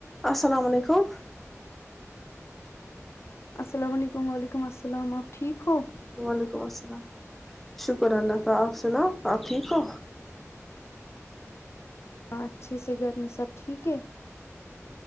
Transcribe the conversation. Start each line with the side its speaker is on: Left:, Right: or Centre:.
Centre: السلام علیکم
Left: السلام علیکم وعلیکم السلام آپ ٹھیک ہو
Centre: وعلیکم السلام شکر اللہ کا آپ سنا آپ ٹھیک ہو
Left: ہ اچھے سے گھر میں سب ٹھیک ہے